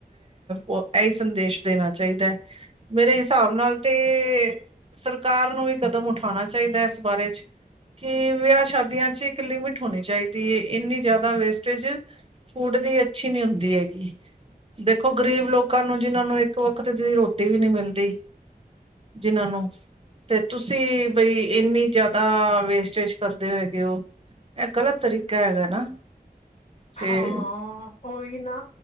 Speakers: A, on the right; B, on the left.
A: ਇਹੀ ਸੰਦੇਸ਼ ਦੇਣਾ ਚਾਹੀਦਾ ਹੈ, ਮੇਰੇ ਹਿਸਾਬ ਨਾਲ ਤੇ ਸਰਕਾਰ ਨੂੰ ਵੀ ਕਦਮ ਉਠਾਣਾ ਚਾਹੀਦੈ ਐਸ ਬਾਰੇ ਚ, ਕਿ ਵਿਆਹ ਸ਼ਾਦੀਆਂ ਚ ਇੱਕ ਲਿਮਿਟ ਹੋਣੀ ਚਾਹੀਦੀ ਹੈ ਇੰਨੀ ਜ਼ਿਆਦਾ ਵੇਸਟੇਜ, ਫੂਡ ਦੀ ਅੱਛੀ ਨੀ ਹੁੰਦੀ ਹੈਗੀ ਦੇਖੋ ਗ਼ਰੀਬ ਲੋਕਾਂ ਨੂੰ ਜਿਹਨਾਂ ਨੂੰ ਇੱਕ ਵਕਤ ਦੀ ਰੋਟੀ ਵੀ ਨੀ ਮਿਲਦੀ ਜਿਹਨਾਂ ਨੂੰ ਤੇ ਤੁਸੀਂ ਬਈ ਇੰਨੀ ਜ਼ਿਆਦਾ ਵੇਸਟੇਜ ਕਰਦੇ ਹੈਗੇ ਹੋ ਇਹ ਗਲਤ ਤਰੀਕਾ ਹੈਗਾ ਨਾ ਤੇ
B: ਹਾਂ ਓਹੀ ਨਾ